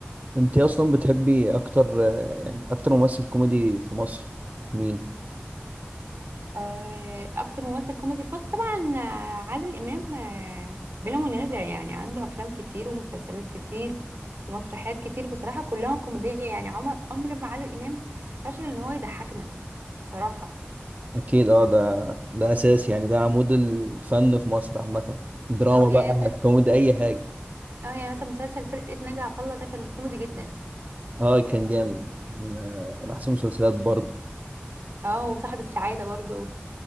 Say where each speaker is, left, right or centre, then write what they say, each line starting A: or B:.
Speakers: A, on the right; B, on the right.
A: أنت أصلا بتحبي أكتر آه، يعني أكتر ممثل كوميدي في مصر مين؟
B: آه، اكتر ممثل كوميدي فاز طبعا آه، عادل امام آه، بلا منازع يعني عنده افلام كتير ومسلسلات كتير ومسرحيات كتير بصراحه كلها كوميديه يعني عمر عمر ما عادل امام فشل ان هو يضحكنا بصراحه
A: أكيد أه ده ده أساس يعني ده عمود الفن في مصر عامة دراما
B: اه يعني
A: بقى
B: مثلا
A: كوميدي أي حاجة
B: اه يعني مثلا مسلسل فرقه ناجي عطا الله ده كان كوميدي جدا
A: أه كان جامد من آه، من أحسن المسلسلات برضه
B: اه وصاحب السعاده برضو